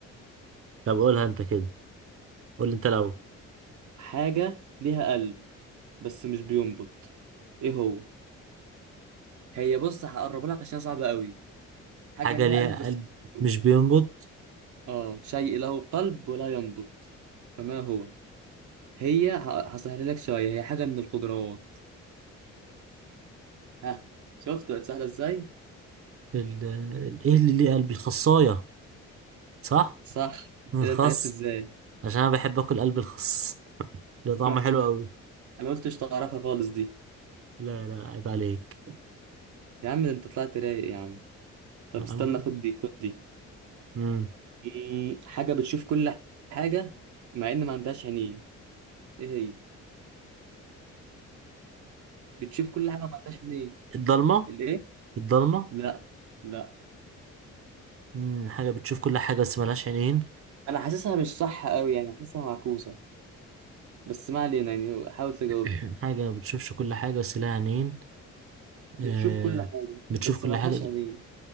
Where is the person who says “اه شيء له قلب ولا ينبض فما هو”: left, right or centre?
Right